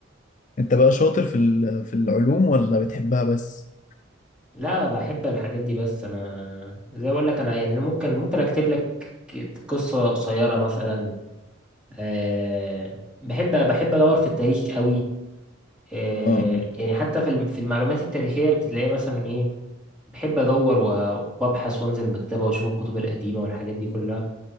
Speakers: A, on the left; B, in the centre.
A: انت بقى شاطر في ال- في العلوم ولا بتحبها بس
B: لا بحب الحاجات دي بس انا زي اقول لك انا يعني ممكن ممكن اكتب لك قصة قصيرة مثلا أه بحب بحب ادور في التاريخ قوي أه
A: اه مم.
B: يعني حتى في الم- في المعلومات التاريخية بتلاقي مثلا ايه بحب ادور و- وابحث وانزل المكتبة واشوف الكتب القديمة والحاجات دي كلها